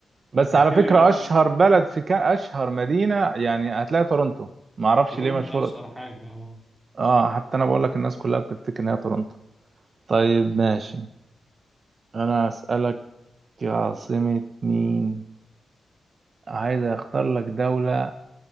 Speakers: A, on the right; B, in the centre.
A: بس
B: اكيد
A: على فكرة
B: يعني.
A: أشهر بلد في كا أشهر مدينة يعني هتلاقي تورنتو معرفش
B: تورونتو
A: ليه مشهورة
B: اشهر حاجه اه
A: آه حتى أنا بقول لك الناس كلها بتفتكر إن هي تورنتو طيب
B: مم.
A: ماشي أنا أسألك عاصمة مين عايز أختار لك دولة